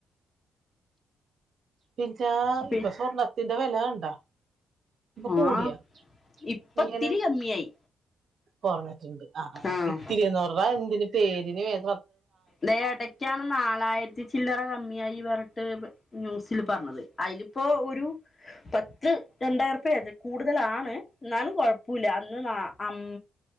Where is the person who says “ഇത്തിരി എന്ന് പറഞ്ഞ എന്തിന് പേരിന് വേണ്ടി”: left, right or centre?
Right